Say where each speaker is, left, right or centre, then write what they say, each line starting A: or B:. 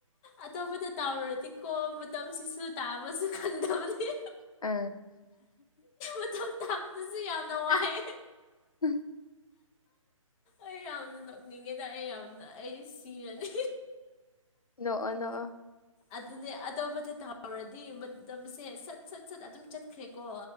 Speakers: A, on the left; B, on the left.
A: ꯑꯇꯣꯞꯄꯗ ꯇꯥꯎꯔꯗꯤꯀꯣ ꯃꯇꯝꯁꯤꯁꯨ ꯇꯥꯕꯁꯨ ꯈꯟꯗꯕꯅꯤ
B: ꯑ
A: ꯃꯇꯝ ꯇꯥꯕꯗꯁꯨ ꯌꯥꯝꯅ ꯋꯥꯏ
B: <unintelligible> ꯎꯝ
A: ꯑꯩ ꯌꯥꯝꯅ ꯅꯣꯛꯅꯤꯡꯉꯦꯗ ꯑꯩ ꯌꯥꯝꯅ ꯑꯩ ꯁꯤꯔꯅꯤ
B: ꯅꯣ ꯅꯣ
A: ꯑꯗꯨꯅꯦ ꯑꯇꯣꯞꯄꯗ ꯇꯥꯎꯔꯗꯤ ꯃꯇꯝꯁꯦ ꯁꯠ ꯁꯠ ꯁꯠ ꯑꯗꯨꯝ ꯆꯠꯈ꯭ꯔꯦꯀꯣ